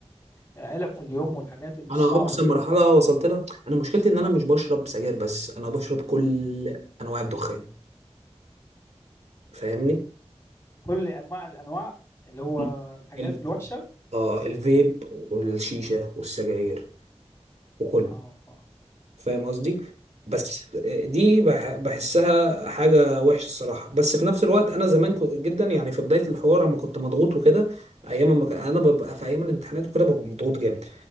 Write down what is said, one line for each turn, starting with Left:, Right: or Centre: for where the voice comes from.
Left: علب في اليوم والحاجات الصعبة
Right: انا اقصى
Left: دي
Right: مرحله وصلت لها انا مشكلتي ان انا مش بشرب سجاير بس انا بشرب كل انواع الدخان فاهمني
Left: كل انواع الانواع اللي هو
Right: مم.
Left: الحاجات
Right: ال...
Left: الوحشه
Right: اه الفيب والشيشه والسجاير وكله
Left: اه
Right: فاهم قصدي بس دي بح... بحسها حاجه وحشه الصراحه بس في نفس الوقت انا زمان كنت جدا يعني في بدايه الحوار اما كنت مضغوط وكده ايام ما ك... انا ببقى في ايام الامتحانات وكده ببقى مضغوط جامد